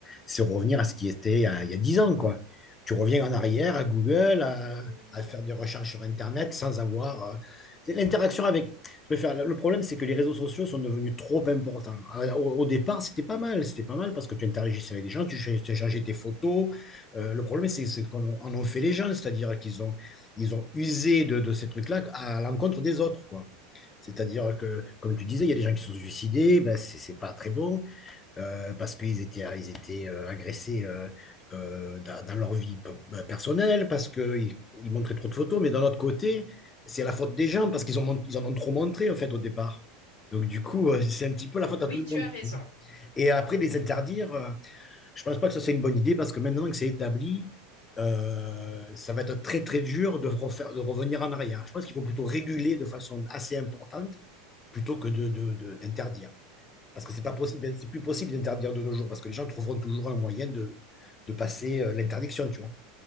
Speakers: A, on the left; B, on the left.
A: c'est revenir à ce qui était à- il y a 10 ans, quoi. Tu reviens en arrière à Google, à,
B: Mhm.
A: à faire des recherches sur Internet sans avoir euh, c'est l'interaction avec. Je préfère- le problème, c'est que les réseaux sociaux sont devenus trop importants. À- Au, au départ, c'était pas mal, c'était pas mal parce que tu interagissais avec des gens, tu ch- tu échangeais tes photos. Euh, le problème, c'est c'est qu'on en ont fait les gens, c'est-à-dire qu'ils ont ils ont usé de, de ces trucs-là à l'encontre des autres, quoi. C'est-à-dire que, comme tu disais, il y a des gens qui sont suicidés, ben c'est c'est pas très bon euh, parce qu'ils étaient, ils étaient euh, agressés euh, euh, dans, dans leur vie personnelle, parce qu'ils ils montraient trop de photos, mais d'un autre côté, c'est la faute des gens parce qu'ils ont, ils en ont trop montré en fait au départ. Donc du coup, euh, c'est un petit peu la faute
B: Oui,
A: à tout le
B: tu
A: monde.
B: as raison.
A: Et après, les interdire, euh, je pense pas que ça, c'est une bonne idée parce que maintenant que c'est établi, euh, ça va être très, très dur de, refaire, de revenir en arrière. Je pense qu'il faut plutôt réguler de façon assez importante plutôt que de, de- de- d'interdire. Parce que c'est pas possible, c'est plus possible d'interdire de nos jours parce que les gens trouveront toujours un moyen de, de passer euh, l'interdiction, tu vois.